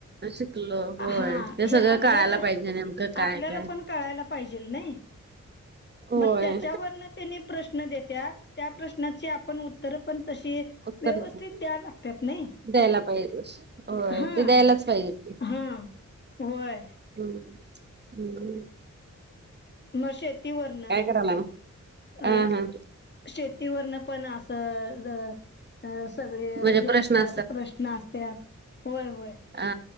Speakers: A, on the right; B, on the left.
A: शिकलो होय
B: हा
A: ते
B: हे
A: सगळं
B: आपल्याला
A: कळायला पाहिजे नेमकं काय
B: आपल्याला
A: काय
B: पण कळायला पाहिजेल नाही
A: होय.
B: मग त्याच्यावर त्यांनी प्रश्न देत्यात त्या प्रश्नाची आपन तर पण तशी
A: उत्तर
B: व्यवस्थित द्याय लागतात नाही
A: द्यायला पाहिजे होय
B: हा
A: ते द्यायलाच पाहिजे
B: हा होय
A: हम्म हम्म
B: मग शेतीवरन
A: काय करायलाय मग? हा
B: अ
A: हा
B: शेतीवरन पण अस जर अ सगळे
A: म्हणजे
B: हे
A: प्रश्न
B: असतात प्रश्न असतात होय होय
A: आ